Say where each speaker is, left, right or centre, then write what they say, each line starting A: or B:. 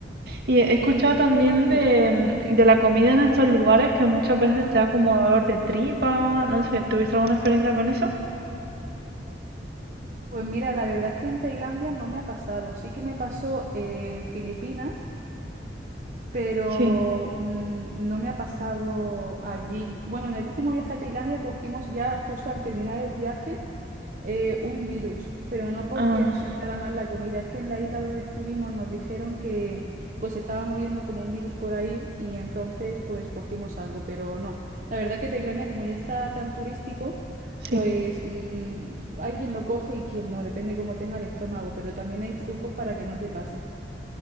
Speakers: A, on the right; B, on the right.
A: Y he
B: Y
A: escuchado también
B: sí.
A: de, de la comida en estos lugares que muchas veces te da como dolor de tripa. No sé, ¿tuviste alguna experiencia con eso?
B: Pues mira, la verdad es que en Tailandia no me ha pasado. Sí que me pasó en Filipinas. pero
A: Sí,
B: mm, no me ha pasado allí. Bueno, en el último viaje a Tailandia cogimos ya justo al terminar el viaje eh, un virus, pero no porque
A: ah,
B: nos sentara mal la comida, es que en la isla donde estuvimos nos dijeron que pues se estaba moviendo como un virus por ahí y entonces pues cogimos algo, pero no. La verdad que Tailandia como ya está tan turístico,
A: sí,
B: pues mm, hay quien lo coge y quien no, depende cómo tenga el estómago, pero también hay trucos para que no te pase.